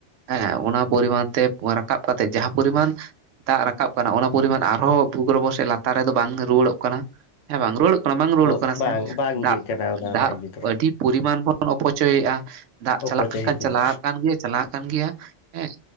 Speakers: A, on the right; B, on the left.
A: ᱦᱮᱸ ᱚᱱᱟ ᱯᱚᱨᱤᱢᱟᱱ ᱛᱮ ᱨᱟᱠᱟᱵ ᱠᱟᱛᱮᱫ ᱡᱟᱦᱟᱸ ᱯᱚᱨᱤᱢᱟᱱ ᱫᱟᱜ ᱨᱟᱠᱟᱵ ᱠᱟᱱᱟ ᱚᱱᱟ ᱯᱚᱨᱤᱢᱟᱱ ᱟᱨᱦᱚᱸ ᱵᱷᱩᱜᱨᱚᱵᱚᱚ ᱥᱮ ᱞᱟᱛᱟᱨ ᱨᱮᱫᱚ ᱵᱟᱝ ᱨᱩᱣᱟᱹᱲᱚᱜ ᱠᱟᱱᱟ ᱦᱮᱸ ᱵᱟᱝ ᱨᱩᱣᱟᱹᱲᱚᱜ ᱠᱟᱱᱟ ᱵᱟᱝ ᱨᱩᱣᱟᱹᱲᱚᱜ
B: ᱛᱚ
A: ᱠᱟᱱᱟ
B: ᱵᱟᱝ
A: ᱥᱮ
B: ᱵᱟᱝ
A: ᱫᱟᱜ
B: ᱤᱭᱟᱹᱜ ᱠᱟᱱᱟ ᱚᱱᱟ
A: ᱫᱟᱜ
B: ᱨᱮᱱᱟᱜ ᱤᱭᱟᱹ ᱫᱚ
A: ᱟᱹᱰᱤ ᱯᱚᱨᱤᱢᱟᱱ ᱵᱚᱱ ᱚᱯᱚᱪᱚᱭᱮᱫᱼᱟ ᱫᱟᱜ
B: ᱚᱯᱚᱪᱚᱭ
A: ᱪᱟᱞᱟᱜ ᱠᱟᱱ ᱠᱷᱟᱱ
B: ᱦᱩᱭᱩᱜ ᱠᱟᱱᱟ
A: ᱪᱟᱞᱟᱟᱜ ᱠᱟᱱ ᱜᱮᱭᱟ ᱪᱟᱞᱟᱜ ᱠᱟᱱ ᱜᱮᱭᱟ ᱦᱮᱸ